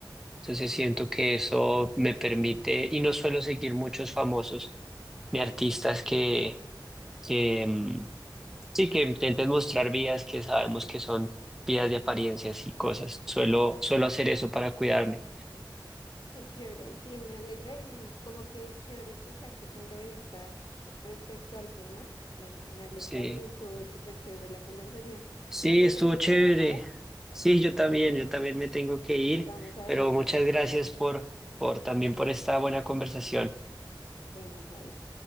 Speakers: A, in the centre; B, on the left.
A: Entonces siento que eso me permite, y no suelo seguir muchos famosos ni artistas que, que, mm, Sí, que intentes mostrar vías que sabemos que son vías de apariencias y cosas. Suelo, suelo hacer eso para cuidarme.
B: Qué chévere, sí, me alegra y como que chévere escuchar tu punto de vista eh, respecto al tema. Eh, me alegra
A: Sí,
B: y estuvo súper chévere la conversación.
A: sí,
B: Ya te
A: estuvo
B: tengo
A: chévere.
B: que dejar,
A: Sí, yo también,
B: entonces
A: yo también me tengo que ir,
B: estamos hablando.
A: pero muchas gracias por, por también por esta buena conversación.
B: Bueno, bye.